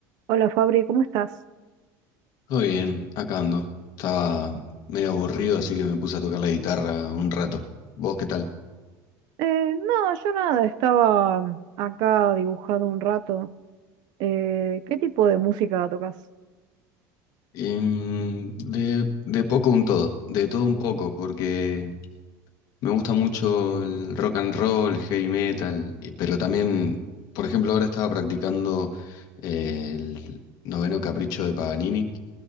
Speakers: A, on the right; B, on the left.
A: Hola Fabri, ¿cómo estás?
B: Todo bien, acá ando. Estaba medio aburrido, así que me puse a tocar la guitarra un rato. ¿Vos qué tal?
A: Eh, no, yo nada, estaba acá dibujando un rato. Eh, ¿qué tipo de música tocas?
B: Em, de, de poco un todo, de todo un poco, porque me gusta mucho el rock and roll, el heavy metal, y- pero también, por ejemplo, ahora estaba practicando eh, el noveno capricho de Paganini.